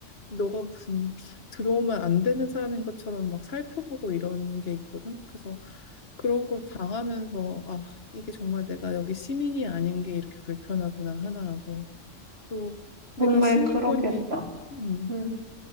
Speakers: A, on the left; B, on the right.
A: 너가 무슨 들어오면 안 되는 사람인 것처럼 막 살펴보고 이런 게 있거든. 그래서 그런 걸 당하면서 아, 이게 정말 내가 여기 시민이 아닌 게 이렇게 불편하구나 하나 하고 또 내가
B: 정말
A: 시민권이,
B: 그러겠다.
A: 음,
B: 음,